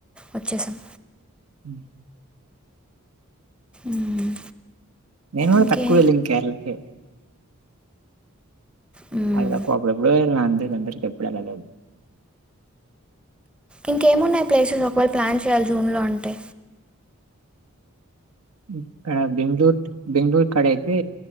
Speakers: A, in the centre; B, on the right.
A: వచ్చేసాం
B: మ్మ్
A: మ్మ్
B: నేను కూడా
A: ఇంకే
B: తక్కువ వెళ్ళింది కేరళకి
A: మ్మ్.
B: అడేదా అప్పుడు ఎప్పుడో <inaudible> నేన్ ఇండోర్ కి ఇపుడు వెళ్ళలేదు
A: ఇంకేమున్నాయి ప్లేసెస్ ఒకవేళ ప్లాన్ చేయాలి జూన్ లో అంటే
B: ఇడ బెంగళూర్ బెంగళూర్ కడ అయితే